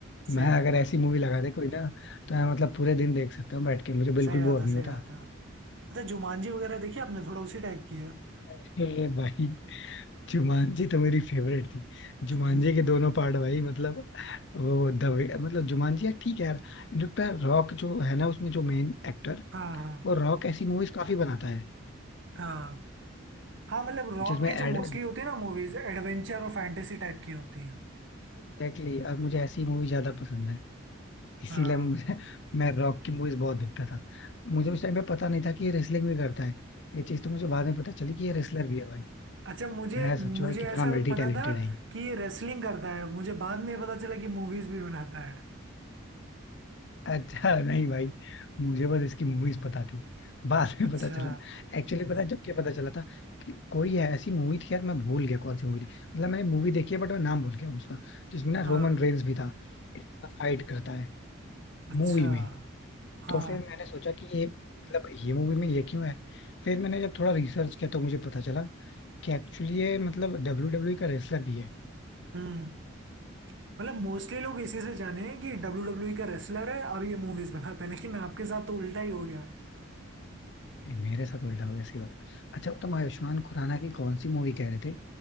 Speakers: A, on the right; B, on the left.
A: सही
B: मैं
A: बात
B: अगर
A: है
B: ऐसी मूवी लगा दे कोई ना तो मैं मतलब पूरे दिन देख सकता हूँ बैठ के मुझे बिल्कुल
A: सही बात
B: बोर
A: है
B: नहीं
A: सही
B: होता
A: बात है अच्छा जुमानजी वगैरह देखी आपने थोड़ा उसी टाइप की है
B: अरे भाई जुमानजी तो मेरी फेवरेट थी जुमानजी
A: <laughs>
B: के दोनों पार्ट भाई मतलब वो दवे मतलब जुमानजी यार ठीक है यार इनफैक्ट यार रॉक जो है ना उसमें जो मेन एक्टर
A: हाँ हाँ
B: वो रॉक ऐसी मूवीज काफी बनाता है
A: हाँ हाँ मतलब रॉक
B: जिसमें
A: के
B: एड
A: जो मोस्टली होते हैं ना मूवीज एडवेंचर और फैंटेसी टाइप की होती है
B: एग्जैक्टली और मुझे ऐसी मूवी ज्यादा पसंद है इसीलिए
A: हाँ
B: मुझे मैं रॉक की मूवीज बहुत देखता था मुझे उस टाइम पे पता नहीं था कि ये रेसलिंग भी करता है ये चीज तो मुझे बाद में पता चली कि ये रेसलर भी है भाई
A: अच्छा मुझे
B: मैं
A: मुझे
B: सोचू भाई कितना
A: ऐसा
B: मल्टी
A: पता
B: टैलेंटेड
A: था
B: है
A: कि ये रेसलिंग करता है मुझे बाद में पता चला कि मूवीज भी बनाता है
B: अच्छा नहीं भाई मुझे बस इसकी मूवीज पता थी बाद
A: अच्छा
B: में पता चला एक्चुअली पता है जब क्या पता चला था कि कोई है ऐसी मूवी थी यार मैं भूल गया कौन सी मूवी थी मतलब मैंने मूवी देखी है बट मैं नाम भूल गया उसका जिसमें ना
A: हाँ
B: रोमन रेंस भी था इसके साथ फाइट करता है
A: अच्छा
B: मूवी में
A: हाँ
B: तो फिर मैंने सोचा कि ये मतलब ये मूवी में ये क्यों है फिर मैंने जब थोड़ा रिसर्च किया तो मुझे पता चला कि एक्चुअली ये मतलब डब्ल्यू डब्ल्यू का रेसलर भी है
A: हम्म मतलब मोस्टली लोग इसी से जाने हैं कि डब्ल्यू डब्ल्यू का रेसलर है अब ये मूवीज बनाता है लेकिन आपके साथ तो उल्टा ही हो गया
B: नहीं, मेरे साथ उल्टा हो गया सी बात अच्छा तुम आयुष्मान खुराना की कौन सी मूवी कह रहे थे